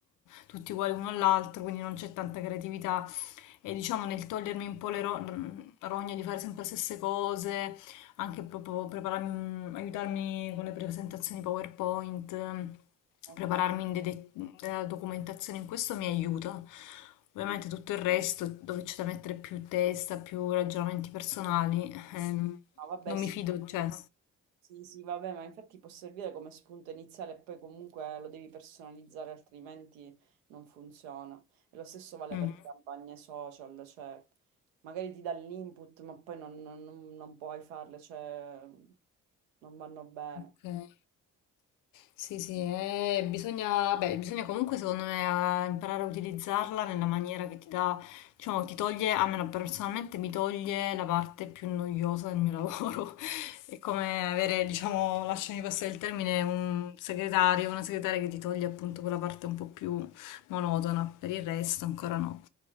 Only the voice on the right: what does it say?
Ok.
No, vabbè,
sì.
Sì, sì, vabbè, ma infatti può servire come spunto iniziale e poi comunque lo devi personalizzare, altrimenti non funziona. E lo stesso vale
per le campagne social, cioè magari ti dà l'input, ma poi non, non- non puoi farle, cioè non vanno bene.